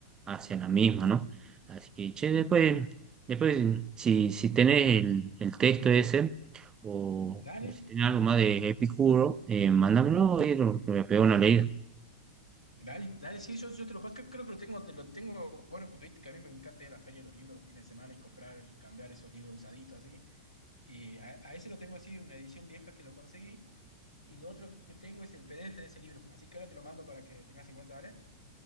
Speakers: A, on the right (about 20°); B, on the left (about 85°).
A: hacia la misma, ¿no? Así que, che, después,
B: Eh,
A: después si, si tenés el, el texto ese o,
B: dale.
A: o si tenés algo más de Epicuro, eh, mándamelo y lo, lo voy a pegar una leída.
B: Dale, dale, sí, yo, yo te lo paso, creo, creo que lo tengo, te lo tengo, bueno, porque viste que a mí me encanta ir a la feria de los libros los fines de semana y comprar y cambiar esos libros usaditos así. Y a, a ese lo tengo así, una edición vieja que lo conseguí. Y lo otro que tengo es el PDF de ese libro. Así que ahora te lo mando para que tengas en cuenta, ¿dale?